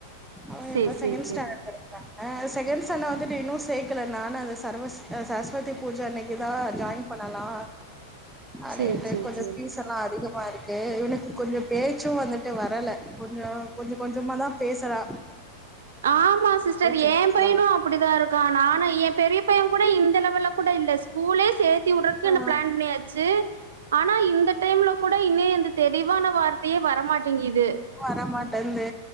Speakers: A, in the centre; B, on the right.
A: அவே
B: சேரி
A: இப்போ
B: சேரி
A: செகண்டு
B: சேரி
A: ஸ்டாண்டர்ட் படிக் ஆ செகண்ட் சன்னா வந்துட்டு இன்னு சேக்ல நானு அந்த சரவஸ் சரஸ்வதி பூஜ அன்னைக் க்கிதா ஜாயின் பண்ணலா அப்டின்ட்டு
B: சேரி சேரி
A: கொஞ்சோ
B: சேரி
A: பீஸ் எல்லா அதிகமாக இருக்கு இவனுக்கு கொஞ்சோ பேச்சு வந்துட்டு வரல கொஞ்சோ கொஞ்ச கொஞ்சமா தா பேசறா
B: ஆமா சிஸ்டர்
A: சேத்துக்கலா
B: ஏ பையனு அப்டிதா இருக் கா நானு ஏ பெரிய பைய கூட இந்த லெவல்ல கூட இல்ல ஸ்கூலே சேத் துயுட்டதுக்கு
A: ஆ
B: என்ன பிளான் பண்ணியாச்சு ஆனா இந்த டைம்ல கூட இன்னி எந்த தெளிவான வார்த்தையே வரமாட்டேங்கிது
A: வரமாட்டந்து